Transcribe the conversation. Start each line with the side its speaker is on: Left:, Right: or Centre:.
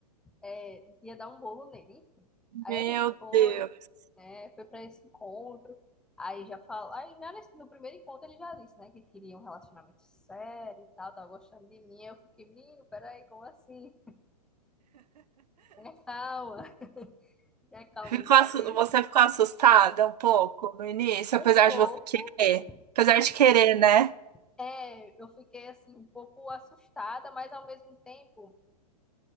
Centre: é, ia dar um bolo nele, enfim. Aí
Right: Meu
Centre: a gente foi,
Right: Deus.
Centre: né? Foi pra esse encontro. Aí já falou. Aí já nesse- no primeiro encontro ele já disse, né? Que queria um relacionamento sério e tal, tava gostando de mim. Aí eu fiquei, menino, peraí, como assim? Tenha calma, <laughs> tenha calma,
Right: Ficou
Centre: vamos
Right: assu-
Centre: se conhecer.
Right: você ficou assustada um pouco no início,
Centre: Um
Right: apesar
Centre: pouco,
Right: de você querer. Apesar
Centre: assim,
Right: de querer, né?
Centre: é, eu fiquei assim, um pouco assustada, mas ao mesmo tempo.